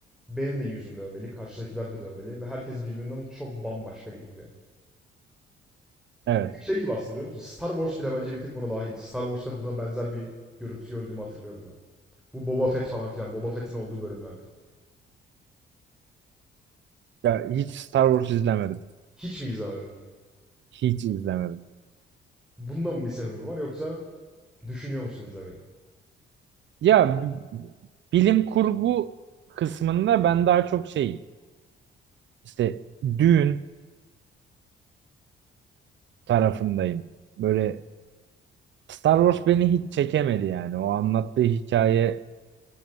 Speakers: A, in the centre; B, on the right.
A: Benim de yüzüm dövmeli, karşıdakiler de dövmeli ve herkes birbirinden çok bambaşka görünüyor.
B: Evet.
A: Bir tık şey gibi aslında biliyor musun? Star Wars bile bence bir tık buna dahil. Star Wars'ta buna benzer bir görüntü gördüğümü hatırlıyorum ben. Bu Boba Fett falan filan. Boba Fett'in olduğu bölümlerde.
B: Ya hiç Star Wars izlemedim.
A: Hiç mi izlemedin?
B: Hiç izlemedim.
A: Bunda mı bir sebebi var yoksa düşünüyor musun izlemeyi?
B: Ya bi- bilim kurgu kısmında ben daha çok şey işte düğün tarafındayım. Böyle Star Wars beni hiç çekemedi yani. O anlattığı hikayeye